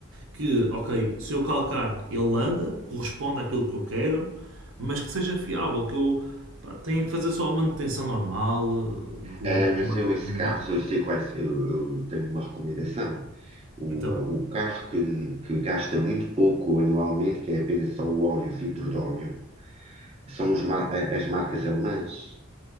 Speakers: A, on the right (about 75°); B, on the right (about 30°).
A: que, ok, se eu calcar ele anda, corresponde àquilo que eu quero, mas que seja fiável, que eu pá, tenha que fazer só a manutenção normal ah, dele,
B: Eh,
A: que
B: mas
A: a marca
B: eu,
A: recomenda.
B: esses carros, eu sei quais, eu, eu tenho uma recomendação. O,
A: Então,
B: eh, o carro que, que gasta muito pouco anualmente, que é apenas só o óleo, o vidro de óleo, São os ma- a- as marcas alemãs.